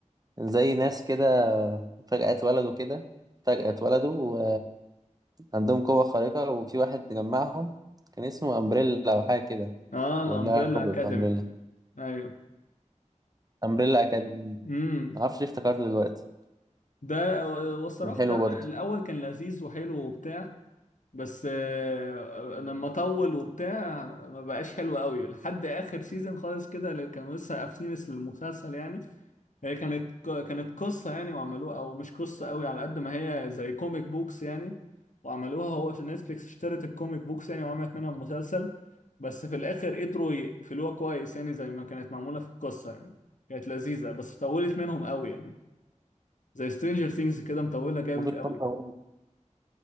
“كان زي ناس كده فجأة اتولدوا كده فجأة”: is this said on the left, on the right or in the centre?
Right